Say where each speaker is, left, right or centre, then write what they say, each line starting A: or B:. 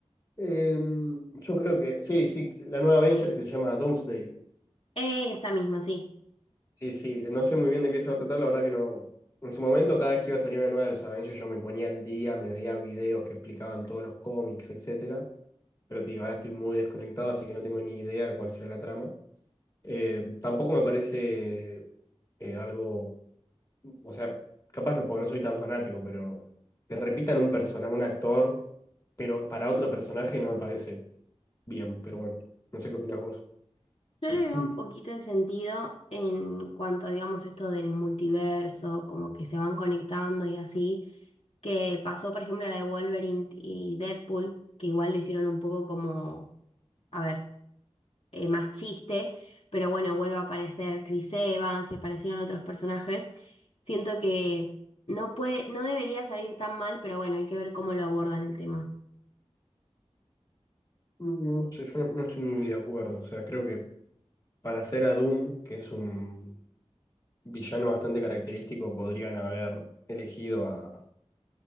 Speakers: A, on the left (about 30°); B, on the left (about 60°).
A: Eh, yo creo que, sí, sí, la nueva Avenger que se llama Doomsday.
B: Esa misma, sí.
A: Sí, sí, no sé muy bien de qué se va a tratar, la verdad que no. En su momento, cada vez que iba a salir una nueva de los Avengers, yo me ponía al día, me veía videos que explicaban todos los cómics, etcétera. Pero te digo, ahora estoy muy desconectado, así que no tengo ni idea de cuál será la trama. Eh, tampoco me parece eh, algo, o sea, capaz no, porque no soy tan fanático, pero que repitan un persona, un actor, pero para otro personaje no me parece bien, pero bueno, no sé qué opinás vos.
B: Yo
A: <clears throat>
B: le veo un poquito de sentido en cuanto, digamos, esto del multiverso, como que se van conectando y así, que pasó, por ejemplo, la de Wolverine y Deadpool, que igual lo hicieron un poco como, a ver, eh, más chiste, pero bueno, vuelve a aparecer Chris Evans y aparecieron otros personajes. Siento que no puede, no debería salir tan mal, pero bueno, hay que ver cómo lo abordan el tema.
A: Mm, No sé, yo no, no estoy muy de acuerdo. O sea, creo que para hacer a Doom, que es un villano bastante característico, podrían haber elegido a,